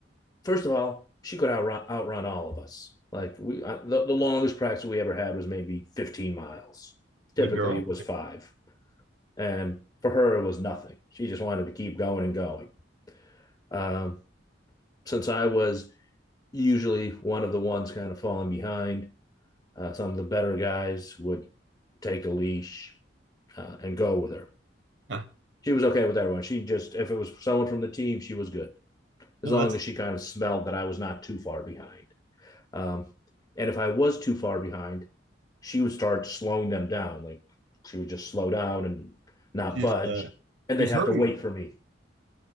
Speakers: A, on the left (about 20°); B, on the right (about 75°).
A: first of all, she could outrun outrun all of us. Like we, I, the, the longest practice we ever had was maybe 15 miles. Typically,
B: good girl.
A: it was five, and for her, it was nothing. She just wanted to keep going and going. Um, since I was usually one of the ones kind of falling behind, uh, some of the better guys would take a leash uh, and go with her.
B: Huh.
A: She was okay with everyone. She just, if it was someone from the team, she was good as
B: No,
A: long
B: that's
A: as she kind of smelled that I was not too far behind. Um, and if I was too far behind, she would start slowing them down. Like she would just slow down and not
B: she's
A: budge,
B: uh,
A: and
B: she
A: they'd
B: was
A: have
B: herding
A: to wait
B: them
A: for me.